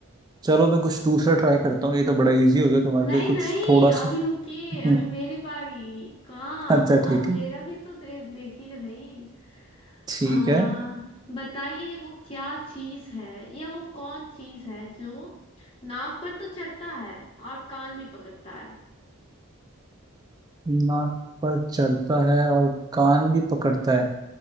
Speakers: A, on the right; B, on the left.
A: चलो मैं कुछ दूसरा ट्राई करता हूँ ये तो बड़ा इजी हो गया तुम्हारे
B: नहीं
A: लिए कुछ
B: नहीं
A: थोड़ा सा
B: अभी रुकिए
A: हम्म,
B: अभी मेरी बारी कहाँ
A: अच्छा ठीक
B: अब मेरा
A: है
B: भी तो दे, देखिए भाई
A: ठीक
B: आ,
A: है
B: बताइए वो क्या चीज है या वो कौन चीज है जो नाक पर तो चढ़ता है और कान भी पकड़ता है
A: नाक पर चढ़ता है और कान भी पकड़ता है